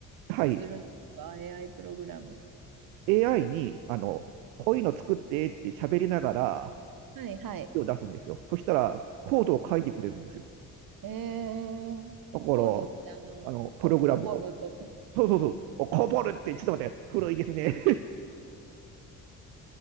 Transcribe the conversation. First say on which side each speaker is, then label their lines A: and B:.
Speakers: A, on the right; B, on the right.
A: はい、
B: ことするんですか ?AI プログラム
A: AI に、あの、こういうの作ってって喋りながら、
B: はいはい。はい
A: 手を出すんですよ。そしたら、コードを書いてくれるんですよ。
B: えー、
A: だから、
B: コードってあの、
A: あの、
B: コ、
A: プログラムを。
B: コボルとか。
A: そうそうそう。お、こぼるって、ちょっと待って、古いですね。